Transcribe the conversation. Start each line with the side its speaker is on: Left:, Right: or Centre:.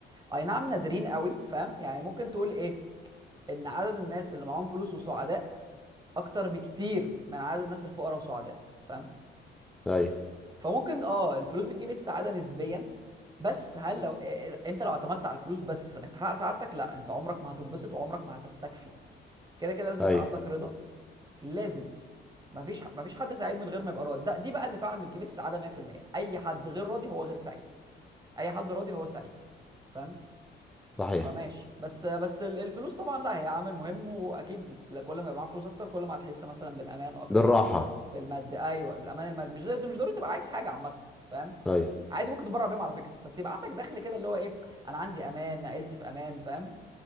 Right: اي نعم نادرين قوي فاهم يعني ممكن تقول ايه ان عدد الناس اللي معاهم فلوس وسعداء اكتر بكتير من عدد الناس الفقراء وسعداء فاهم
Centre: ايوه
Right: فممكن اه الفلوس بتجيب السعاده نسبيا بس هل لو إيه- انت لو اعتمدت على الفلوس بس في انك تحقق سعادتك لا انت عمرك ما هتتبسط وعمرك ما هتستكفي كده كده لازم
Centre: ايوه
Right: يبقى عندك رضا لازم مفيش ح- مفيش حد سعيد من غير ما يبقى راضي ده دي بقى اللي فعلا بتجيب السعاده 100% اي حد غير راضي هو غير سعيد اي حد راضي هو سعيد فاهم
Centre: صحيح
Right: فماشي بس بس ال- الفلوس طبعا لا هي عامل مهم واكيد لا- كل ما يبقى معاك فلوس اكتر كل ما هتحس مثلا بالامان اكتر
Centre: بالراحة
Right: بالمادي ايوه بالامان المادي مش زي مش ضروري تبقى عايز حاجه عامه فاهم
Centre: ايوه
Right: عادي ممكن تتبرع بيهم على فكره بس يبقى عندك دخل كده اللي هو ايه انا عندي امان عيلتي في امان فاهم